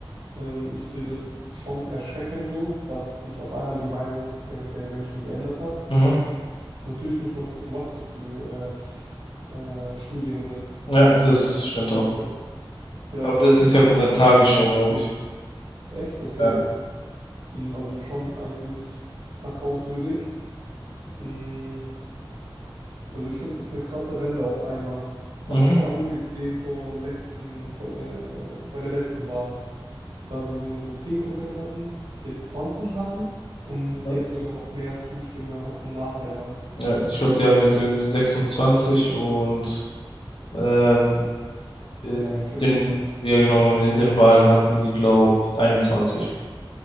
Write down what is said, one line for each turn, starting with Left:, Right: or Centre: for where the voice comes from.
Right: Ähm, ich sehe das schon erschreckend so, dass sich auf einmal die Meinung äh, der Menschen geändert hat.
Left: Mhm.
Right: Natürlich muss man gucken, was das für äh, Sch- äh, Studien sind,
Left: Ja, das
Right: die
Left: stimmt
Right: durchführen.
Left: auch.
Right: Vielleicht
Left: Aber das ist
Right: wurde
Left: ja von der
Right: es
Left: Tagesschau, glaube ich.
Right: echt, okay.
Left: Ja.
Right: Mm, Also schon eigentlich vertrauenswürdig. Mm, Also ich finde das eine krasse Wende auf einmal.
Left: Mhm.
Right: Also vor allem mit dem vor letzten, vor, äh, bei der letzten Wahl, da sie nur so 10% hatten, jetzt 20 hatten und jetzt
Left: Ja,
Right: sogar noch mehr Zustimme hatten nach der Wahl.
Left: Ja, ich glaube, die haben jetzt irgendwie 26 und ähm,
Right: Das
Left: in
Right: ist ja ein Viertel
Left: den,
Right: schon.
Left: ja genau, in den Wahlen hatten die, glaube einundzwanzig